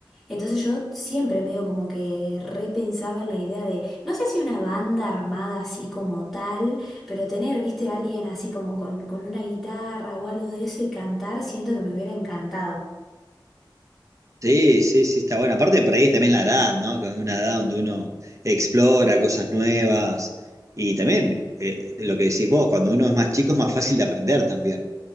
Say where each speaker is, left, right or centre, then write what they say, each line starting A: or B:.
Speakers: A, in the centre; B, on the right (about 40°).
A: Entonces yo siempre medio como que repensaba en la idea de, no sé si una banda armada así como tal, pero tener, viste, a alguien así como con, con una guitarra o algo de eso y cantar, siento que me hubiera encantado.
B: Sí, sí, sí, está bueno. Aparte por ahí también la edad, ¿no? Que es una edad donde uno explora cosas nuevas. Y también, eh, de lo que decís vos, cuando uno es más chico es más fácil de aprender también.